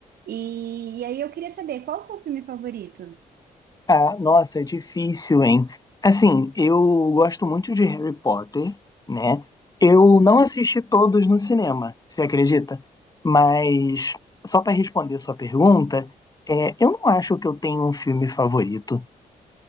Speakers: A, on the right; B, on the left.
A: E, e aí eu queria saber qual o seu filme favorito?
B: Ah, nossa, é difícil, hein? Assim, eu gosto muito de Harry Potter, né? Eu não assisti todos no cinema, você acredita? Mas, só para responder sua pergunta, é, eu não acho que eu tenho um filme favorito.